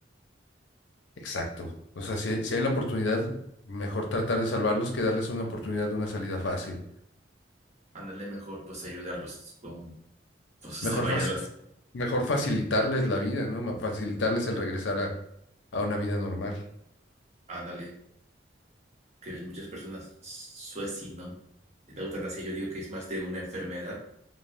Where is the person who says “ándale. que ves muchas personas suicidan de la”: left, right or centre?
Right